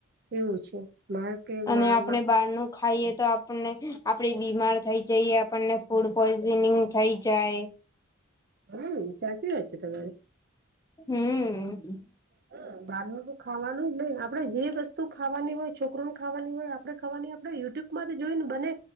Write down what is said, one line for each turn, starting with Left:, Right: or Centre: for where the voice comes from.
Right: એવું છે. મારા કે
Left: અને
Right: મા
Left: આપણે બહાર નું ખાઈ- એ તો આપણને આપડી બીમાર થઈ જઈએ આપણને ફૂડ પોઈઝનિંગ થઈ જાય.
Right: હમ ચાચ વાત છે તમારી-
Left: હમ.
Right: હમ બારનું તો ખાવાનું જ નઈને આપડે જે વસ્તુ ખાવાની હોય છોકરો ને ખાવાની હોય આપડે ખવાની આપડે યુ- -યુટ્યુબમાં તો જોય ને બને